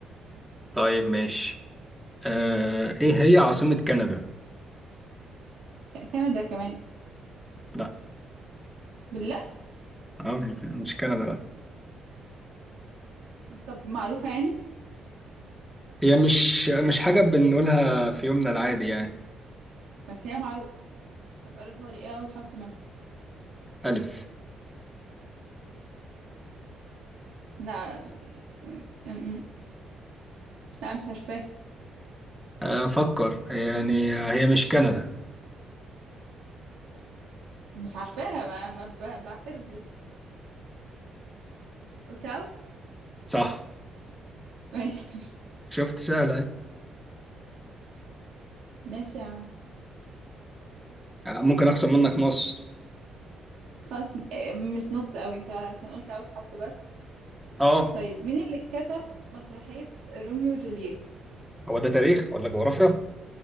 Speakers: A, in the centre; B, on the right (about 75°).
A: طيب ماشي آه ايه هي عاصمة كندا
B: كندا كمان
A: لا
B: بالله
A: اه مش مش كندا لا
B: طب معروفة يعني
A: هي مش مش حاجة بنقولها في يومنا العادي يعني
B: بس هي معروفة طب قربها لي ايه اول حرف منها
A: ألف
B: لا م- م- لا مش عارفة
A: آه، أفكر يعني آه، هي مش كندا
B: مش عارفاها بقى ما ب- بعترف بالأوتاو
A: صح
B: <laughs> ماشي
A: شفت سهلة اهي
B: ماشي يا عم
A: آه، ممكن أخسر منك نص
B: خلاص م- آه، مش نص قوي انت عشان قلت اول حرف بس
A: اه
B: طيب مين اللي كتب مسرحية روميو وجولييت
A: هو ده تاريخ ولا جغرافيا